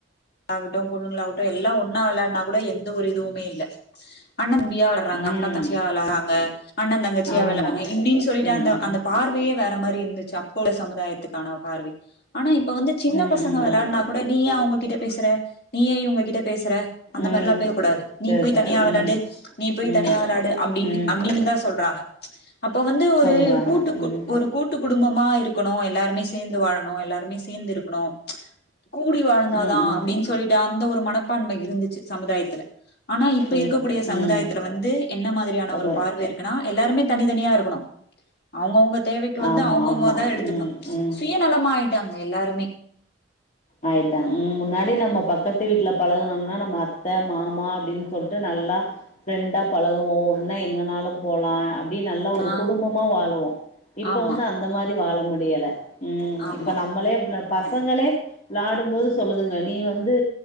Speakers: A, on the left; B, on the left.
A: கட்டு பொண்ணுங்களாகட்டு எல்லா ஒன்னா வெளயாடுனா கூட எந்த ஒரு இதுவுமே இல்ல அண்ண தம்பியா வெளார்றாங்க
B: ம்
A: அக்கா தங்கச்சியா வெளார்றாங்க அண்ணன் தங்கச்சியா
B: ஆமா
A: வெளார்றாங்க இப்டின்னு சொல்லீட்டு
B: ம்
A: அந்த
B: ம்
A: அந்த பார்வை யே வேற மாரி இருந்துச்சி அப் ப உள்ள சமுதாயத்துக்கான பார்வை ஆனா இப்ப வந்து சின்ன
B: ம் ம்
A: பசங்க
B: ம்
A: வெளாடுனா
B: ம்
A: கூட நீ ஏ அவங்க பேசுற நீ ஏன் இவ்ங்ககிட்ட பேசுற அந்த
B: ம்
A: மாரிலா பேக கூடாது நீ
B: பேசுறே
A: போய் தனியா வெளாடு
B: ம்
A: நீ போய்
B: ம்
A: தனியா வெளாடு அப்டின்
B: ம்
A: அப்டின் தா சொல்றாங்க அப்போ வந்து ஒரு
B: சொல்றாங்க
A: கூட்டு கு
B: ம்
A: ஒரு கூட்டு குடும்பமா இரு க்குணு எல்லாருமே சேந்து வாழணு எல்லாருமே சேந்து இருக்குணு கூடி வாழ்ந்தாதா
B: ம் ம்
A: அப்டின் சொல்ட்டு அந்த ஒரு மனப்பான்மை இருந்துச்சு சமுதாயத்துல ஆனா இப்ப இருக்கக்கூடிய
B: ம்
A: சமுதாயத்துல
B: ம்
A: வந்து என்ன மாதிரியான
B: ரொம்ப
A: ஒரு பார்வ இருக்குனா எல்லாருமே தனி தனியா இருக்குணு அவ்ங்கவ்ங்க தேவைக்கு வந்து
B: ஆமா
A: அவ்ங்கவ்ங்கதா
B: ஆமா
A: எடுத்துக்ணு
B: ம் ம்
A: சுயநலமாய் டாங்க எல்லாருமே
B: ஆய்ட்டா ம் முன்னாடி நம்மோ பக்கத்து வீட்ல பழகுனம்னா நம்ம அத்த மாமா அப்டின் சொல்ட்டு நல் ல்லா ஃபிரெண்டா பழகுவோம்னா எங்கனாலு போலா அப் டி நல்லா ஒரு
A: ஆ
B: குடும்பமா வாழுவோ இப்போ
A: ஆமா
B: வந்து அந்த மாரி வாழ முடியல ம்
A: ஆமா
B: இப்ப நம்பளே எடுத்க்லா பசங்களே விளாடும் போது சொல்லுதுங்க நீ வந்து